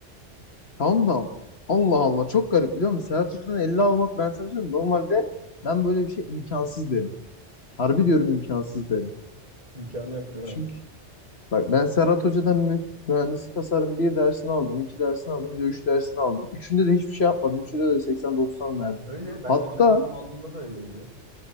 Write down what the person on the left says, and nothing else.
Tamam da Allah Allah çok garip biliyor musun? Serhat Hoca'dan 50 almak ben sana söylüyorum. Normalde ben böyle bir şey imkansız derim. Harbi diyorum imkansız derim.
Çünkü Bak ben Serhat Hoca'dan mü- mühendislik tasarım bir dersini aldım, iki dersini aldım, bir de üç dersini aldım. Üçünde de hiçbir şey yapmadım. Üçünde de 80-90 verdi.
Hatta